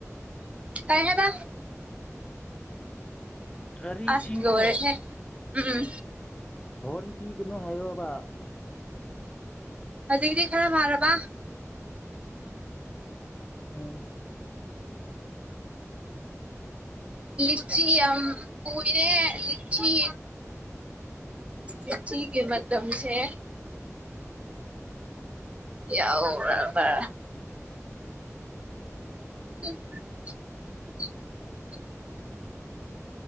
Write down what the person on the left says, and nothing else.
ꯒꯥꯔꯤꯁꯤꯡꯗꯣ
ꯍꯣꯔꯣꯟ ꯄꯤꯒꯅꯨ ꯍꯥꯏꯌꯣꯕ
ꯎꯝ